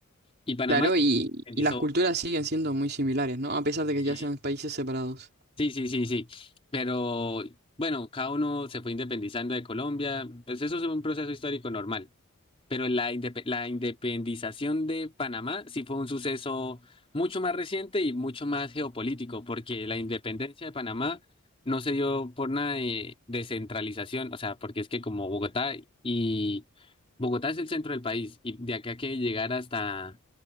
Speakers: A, on the left; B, on the right.
A: y Panamá
B: Claro,
A: se
B: y,
A: independizó,
B: y las culturas siguen siendo muy similares, ¿no? A pesar de que
A: eh,
B: ya sean países separados.
A: Sí, sí, sí, sí. Pero bueno, cada uno se fue independizando de Colombia. Pues eso es un proceso histórico normal pero la, indepe- la independización de Panamá sí fue un suceso mucho más reciente y mucho más geopolítico, porque la independencia de Panamá no se dio por nada de descentralización, o sea, porque es que como Bogotá y Bogotá es el centro del país y de acá que llegar hasta